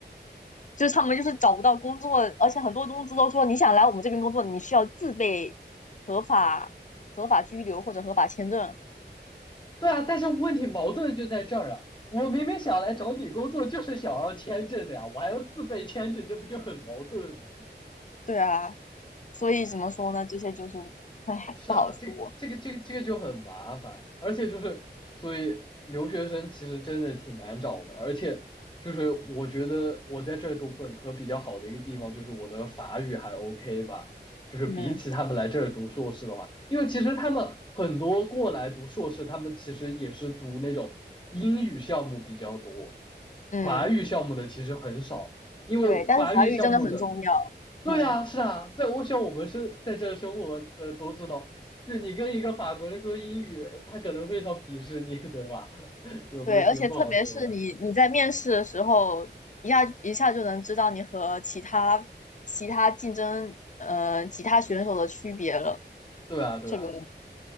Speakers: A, on the left; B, on the left.
A: <laughs> 就是他们就是找不到工作，而且很多中资都说你想来我们这边工作，你需要自备合法合法居留或者合法签证。
B: 对啊，但是问题矛盾就在这儿啊！我明明想来找你工作，就是想要签证的呀，我还要自备签证，这不就很矛盾吗？
A: 对啊，所以怎么说呢？这些就是唉，
B: 是啊，
A: 不好说。
B: 这个这个这个这个就很麻烦，而且就是所以留学生其实真的挺难找的，而且就是我觉得我在这儿读本科比较好的一个地方就是我的法语还 OK 吧，就是比起他们来这儿读硕士的话，
A: 嗯
B: 因为其实他们很多过来读硕士，他们其实也是读那种英语项目比较多，
A: 嗯，
B: 法语项目的其实很少，因为法语项目的。
A: 对，但是法语真的很重要。
B: 对啊，
A: 嗯，
B: 是啊，在我想我们是在这儿生活的都知道，就是你跟一个法国人说英语，他可能非常鄙视你，对吧？<laughs> 这种东西不好说。
A: 对，而且特别是你你在面试的时候，一下一下就能知道你和其他其他竞争呃其他选手的区别了。
B: 对啊，对啊，
A: 这个